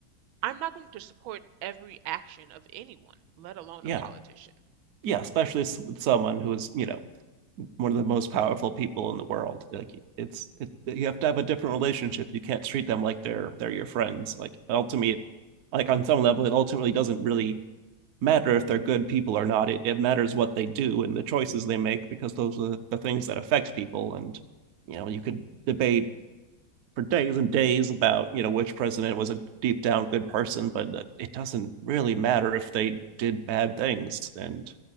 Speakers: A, on the right; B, on the right.
A: I'm not going to support every action of anyone, let alone
B: yeah,
A: a politician.
B: yeah. Especially with someone who is you know one of the most powerful people in the world. Like it's it, you have to have a different relationship. You can't treat them like they're they're your friends. Like ultimately, like on some level, it ultimately doesn't really matter if they're good people or not. It it matters what they do and the choices they make because those are the things that affect people. And you know, you could debate for days and days about you know which president was a deep down good person, but it doesn't really matter if they did bad things. And